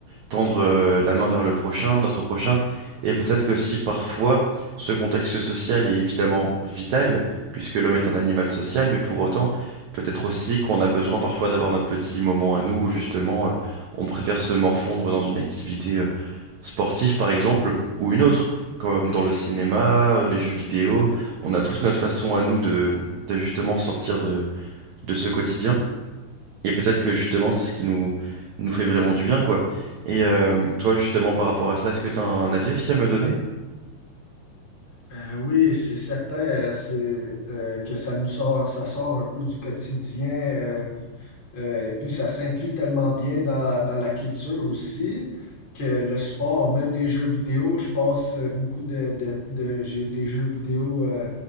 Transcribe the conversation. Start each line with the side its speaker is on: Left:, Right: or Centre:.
Right: tendre euh, la main vers le prochain, notre prochain, et peut-être que aussi parfois ce contexte social est évidemment vital, puisque l'homme est un animal social, mais pour autant, peut-être aussi qu'on a besoin parfois d'avoir notre petit moment à nous où justement euh, on préfère se morfondre dans une activité euh, sportive par exemple, ou une autre, comme dans le cinéma, les jeux vidéo, on a tous notre façon à nous de, de justement sortir de, de ce quotidien. Et peut-être que justement, c'est ce qui nous, nous fait vraiment du bien, quoi. Et euh, toi, justement, par rapport à ça, est-ce que tu as un avis aussi à me donner?
Left: Euh, oui, c'est certain euh, c'est, euh, que ça nous sort, ça sort un peu du quotidien. euh, Euh, et puis, ça s'inclut tellement bien dans, dans la culture aussi que le sport, même les jeux vidéo, je passe euh, beaucoup de, de, de- j'ai eu des jeux vidéo euh,